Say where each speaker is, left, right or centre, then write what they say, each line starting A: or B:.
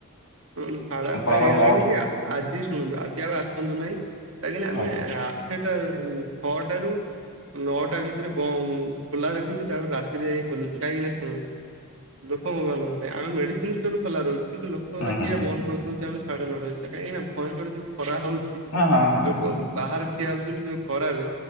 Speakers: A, on the right; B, on the left.
A: ଶୁଣନ୍ତୁ, ସାଢ଼େ
B: ଆପଣଙ୍କର
A: ଆଠଟା ହେଇଗଲାଣି
B: ନଅଟା
A: ଯେ -ଆଜି ଶୁଣନ୍ତୁ ଆଜି ଆଉ ଆସନ୍ତୁ ନାହିଁ, କାହିଁକିନା ଆମେ
B: ହଉ
A: ସେଟା ଛଅଟାରୁ ନଅଟା ଭିତରେ ବନ୍ଦ ଖୋଲା ରଖୁଛି, ତାପରେ ରାତିରେ ଯାଇ ଖୋଲୁଛି କାହିଁକି ନା? ଶୁଣନୁ ଲୋକଙ୍କ ମାନଙ୍କ ପାଇଁ ଆମେ ମେଡିସିନ ଷ୍ଟୋର ଖୋଲା ରହୁଛି କିନ୍ତୁ ଲୋକଙ୍କୁ
B: ହୁଁ
A: ଦେଖିବା
B: ହୁଁ ହୁଁ
A: ବନ୍ଦ କରିଦଉଛି ଆମେ ସାଢେ ନଅଟା ଭିତରେ। କାହିଁକିନା ଭୟଙ୍କର ଯୋଉ ଖରା ହଉଛି
B: ହଁ ହଁ ହଁ
A: ଲୋକ
B: ହଁ
A: ବାହାରେ ଠିଆହଉଛି ଯୋଉ ଖରାରେ